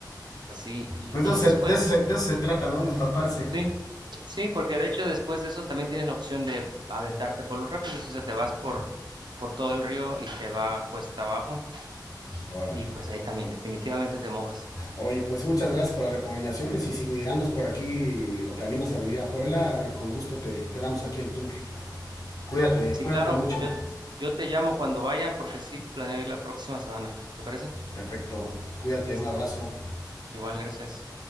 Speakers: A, on the right (about 75°); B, on the left (about 55°).
A: así, y,
B: Pues de
A: y
B: eso,
A: después,
B: se, de eso se- de eso se trata, ¿no? De empaparse.
A: sí, sí, porque de hecho después de eso también tienes la opción de aventarte por los rápidos, o sea, te vas por, por todo el río y te va cuesta abajo,
B: Órale.
A: y pues ahí también definitivamente te mojas.
B: Oye, pues muchas gracias por las recomendaciones y si andas por aquí o te animas a venir a Puebla, con gusto te, te damos aquí el tour. Cuídate,
A: Sí,
B: cuídate
A: claro,
B: mucho.
A: yo, yo te llamo cuando vaya porque sí planeo ir la próxima semana, ¿te parece?
B: Perfecto. Pues cuídate,
A: Listo,
B: un abrazo.
A: igual, gracias.